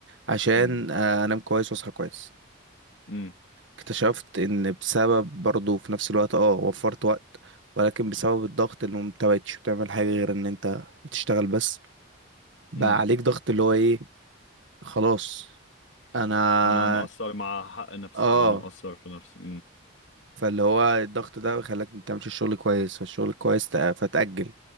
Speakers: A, on the right (about 65°); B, on the left (about 65°).
A: عشان
B: امم
A: آه، انام كويس واصحى كويس
B: امم
A: اكتشفت ان بسبب برضه في نفس الوقت اه وفرت وقت ولكن بسبب الضغط انه انت مبقتش بتعمل حاجة غير ان انت بتشتغل بس بقى
B: امم
A: عليك ضغط اللي هو ايه خلاص انا
B: انا مقصر مع حق نفسي
A: اه
B: او انا مقصر في نفسي
A: فاللي هو الضغط ده خلاك ما بتعملش الشغل كويس فالشغل كويس تأ- فتأجل